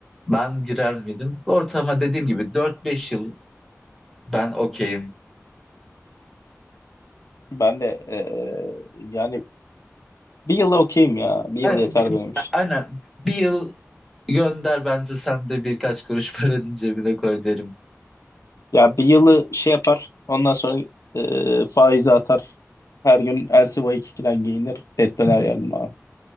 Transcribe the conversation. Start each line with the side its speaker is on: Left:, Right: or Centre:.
Centre: ben girer miydim? Bu Ortama dediğim gibi dört beş yıl ben okeyim.
Left: Ben de eee, yani bir yıla okeyim ya. Bir
Centre: Yani,
Left: yıl yeter
Centre: bi-
Left: benim için.
Centre: aynen bir yıl gönder bence sen de birkaç kuruş <laughs> paranın cebine koy derim.
Left: Ya bir yılı şey yapar. Ondan sonra eee faizi atar. Her gün Elsi 2'den giyinir. Et döner
Centre: <laughs>
Left: yerim abi.